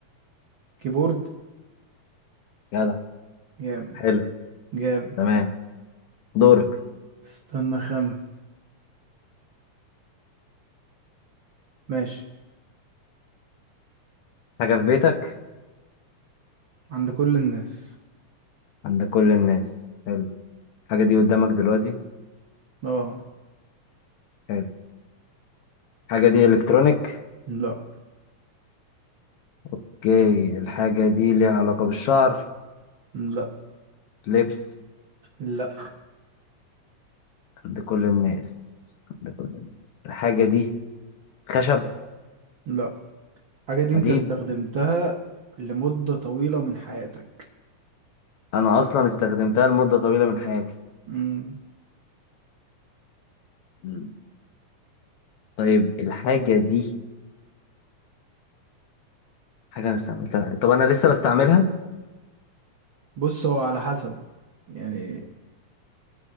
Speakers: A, on the right (about 60°); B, on the left (about 65°).
A: <clears throat> كيبورد
B: جدع
A: جامد
B: حلو
A: جامد
B: تمام دورك
A: استنى خمن ماشي
B: حاجة في بيتك
A: عند كل الناس
B: عند كل الناس حلو الحاجة دي قدامك دلوقتي
A: اه
B: حلو الحاجة دي إلكترونيك
A: لا
B: اوكي الحاجة دي ليها علاقة بالشعر
A: لا
B: لبس
A: لا
B: عند كل الناس عند كل الناس الحاجة دي خشب
A: لا الحاجة دي
B: حديد
A: انت استخدمتها لمدة طويلة من حياتك
B: أنا أصلا استخدمتها لمدة طويلة من حياتي
A: مم.
B: مم. طيب الحاجة دي حاجة أنا استعملتها طب أنا لسه بستعملها
A: بص هو على حسب يعني